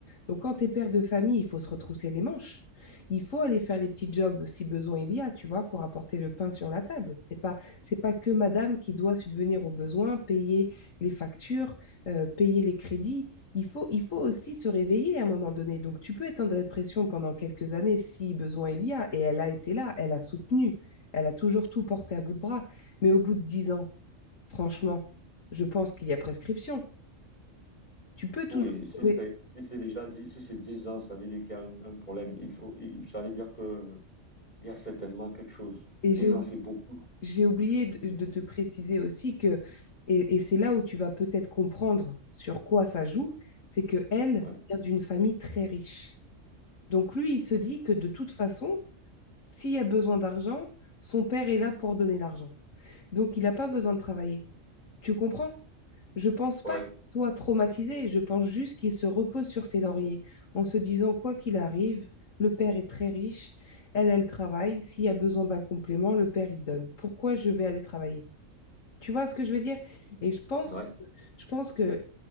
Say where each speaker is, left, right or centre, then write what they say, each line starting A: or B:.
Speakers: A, on the left; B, on the left.
A: Donc quand tu es père de famille, il faut se retrousser les manches. Il faut aller faire les petits jobs si besoin il y a, tu vois, pour apporter le pain sur la table. C'est pas, c'est pas que madame qui doit subvenir aux besoins, payer les factures, euh, payer les crédits. Il faut, il faut aussi se réveiller à un moment donné. Donc tu peux être en dépression pendant quelques années si besoin il y a. Et elle a été là, elle a soutenu elle a toujours tout porté à bout de bras. Mais au bout de dix ans, franchement, je pense qu'il y a prescription. Tu peux toujours
B: Oui,
A: trouver.
B: si c'est si c'est déjà dit, si c'est 10 ans, ça veut dire qu'il y a un, un problème. Il faut, il- ça veut dire que Il y a certainement quelque chose. Dix
A: Et j'ai oubli-
B: ans, c'est beaucoup.
A: j'ai oublié de, de te préciser aussi que, et, et c'est là où tu vas peut-être comprendre sur quoi ça joue, c'est que elle
B: Ouais.
A: vient d'une famille très riche. Donc lui, il se dit que de toute façon, s'il y a besoin d'argent, son père est là pour donner l'argent. Donc il n'a pas besoin de travailler. Tu comprends? Je pense pas
B: Ouais.
A: qu'il soit traumatisé, je pense juste qu'il se repose sur ses lauriers en se disant quoi qu'il arrive, le père est très riche, elle, elle travaille, s'il y a besoin d'un complément, le père il donne. Pourquoi je vais aller travailler? Tu vois ce que je veux dire? Et je pense,
B: Ouais,
A: je pense que